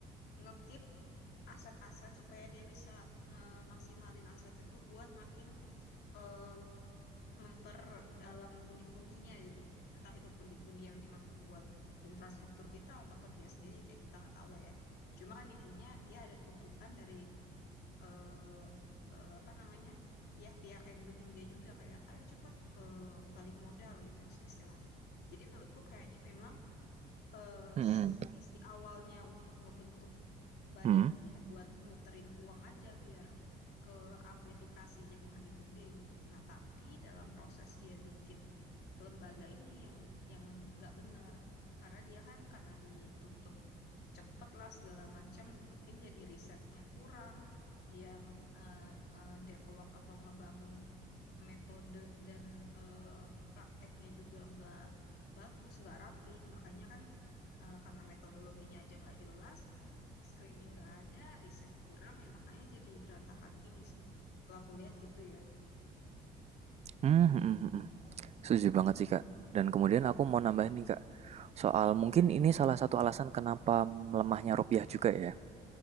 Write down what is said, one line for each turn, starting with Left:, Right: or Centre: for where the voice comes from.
Left: ngekip aset-aset supaya dia bisa ngemaksimalin aset itu buat makin eh, memperdalam pundi-pundinya gitu. Entah itu pundi-pundi yang dimaksud buat infrastruktur kita atau ke dia sendiri kayak kita nggak tahu lah ya. Cuma kan intinya dia ada tuntutan dari eh, eh, apa namanya pihak-pihak yang mendukung dia juga kayak ayo cepet eh, balik modal gitu istilahnya. Jadi menurutku kayaknya memang eh,
Right: Hmm,
Left: visi awalnya untuk ngebentuk badannya
Right: hmm,
Left: ya buat muterin uang aja biar ke amplifikasi jadi makin gede gitu. Nah, tapi dalam proses dia bikin lembaga ini yang yang nggak benar karena dia kan karena dituntut cepet lah segala macam mungkin jadi risetnya kurang dia eh, eh, develop atau ngebangun metode dan eh, prakteknya juga nggak bagus nggak rapi makanya kan eh, karena metodologinya aja nggak jelas screening nggak ada riset kurang ya makanya jadi berantakan gini sih kalau aku lihat gitu ya
Right: hmm, hmm, hmm, hmm. hmm. Setuju banget sih kak. Dan kemudian aku mau nambahin nih kak. Soal mungkin ini salah satu alasan kenapa melemahnya rupiah juga ya.